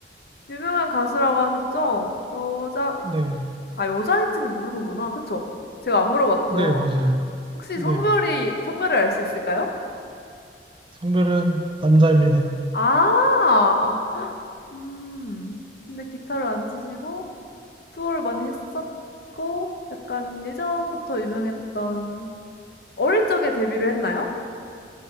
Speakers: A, on the left; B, on the right.
A: 유명한 가수라고 하셨죠? 여자
B: 네,
A: 아 여자인지는 모르는구나. 그쵸? 제가 안 물어봤죠.
B: 네, 맞아요.
A: 혹시
B: 네,
A: 성별이 성별을 알 수 있을까요?
B: 성별은 남자입니다.
A: 아. 음. 근데 기타를 안 치시고 투어를 많이 했었고 약간 예전부터 유명했던 어릴 적에 데뷔를 했나요?